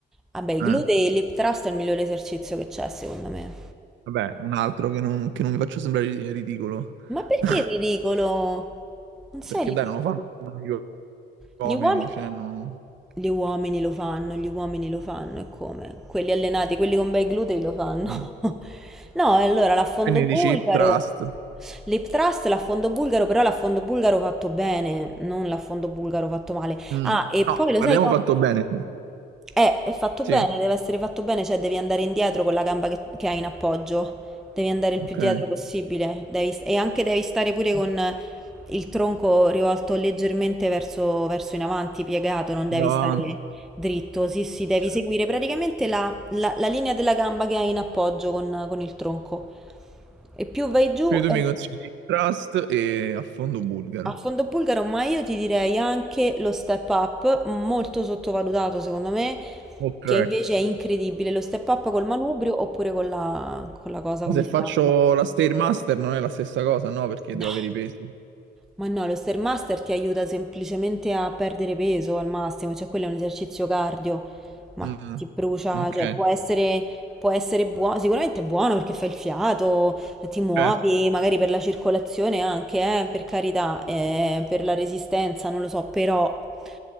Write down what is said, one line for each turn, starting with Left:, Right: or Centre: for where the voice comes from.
Centre: Vabbè, i
Right: eh,
Centre: glutei e il lip thrust è il migliore esercizio che c'è, secondo me.
Right: vabbè, un altro che non, che non mi faccio sembrare ri- ridicolo.
Centre: Ma perché
Right: <laughs>
Centre: è ridicolo? Non sei
Right: Perché
Centre: ridicolo.
Right: dai, non lo fanno gli uomini,
Centre: Gli uomini...
Right: cioè non...
Centre: Gli uomini lo fanno, gli uomini lo fanno, e come? Quelli allenati, quelli con bei glutei lo fanno.
Right: mm.
Centre: <laughs> No, e allora l'affondo
Right: Quindi
Centre: bulgaro,
Right: dici hip trust.
Centre: l'hip thrust, l'affondo bulgaro, però l'affondo bulgaro fatto bene, non l'affondo bulgaro fatto male.
Right: Mm.
Centre: Ah, e
Right: No,
Centre: poi lo
Right: abbiamo
Centre: sai co-
Right: fatto bene.
Centre: Eh, è fatto
Right: Sì,
Centre: bene, deve essere fatto bene, cioè devi andare indietro con la gamba che, che hai in appoggio, devi andare il più
Right: ok.
Centre: dietro
Right: Andiamo
Centre: possibile, devi- e anche devi stare pure con il tronco rivolto leggermente verso, verso in avanti, piegato, non devi
Right: avanti.
Centre: stare dritto. Sì, sì, devi
Right: Cioè,
Centre: seguire praticamente la, la- la linea della gamba che hai in appoggio con, con il tronco. E più vai giù
Right: Quindi
Centre: eh,
Right: tu mi consigli hip trust e a fondo bulgaro.
Centre: a fondo bulgaro, ma io ti direi anche lo step up, molto sottovalutato secondo me,
Right: Ok.
Centre: che invece è incredibile. Lo step up col manubrio oppure con la, con la cosa,
Right: Ma
Centre: come
Right: se
Centre: si
Right: faccio
Centre: chiama?
Right: la Stairmaster non è la stessa cosa, no? Perché
Centre: No.
Right: devo avere i pesi.
Centre: Ma no, lo Stairmaster ti aiuta semplicemente a perdere peso al massimo, cioè quello è un esercizio cardio, ma
Right: Mm.
Centre: ti brucia,
Right: Ok,
Centre: cioè può essere, può essere buono, sicuramente è buono perché fai il fiato, ti muovi,
Right: certo.
Centre: magari per la circolazione anche, eh, per carità, eh, per la resistenza, non lo so, però